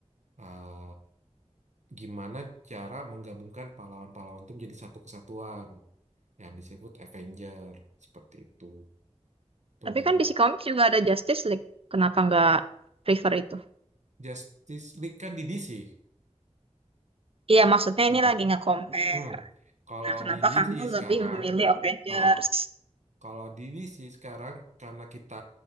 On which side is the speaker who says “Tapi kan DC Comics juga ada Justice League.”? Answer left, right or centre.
Right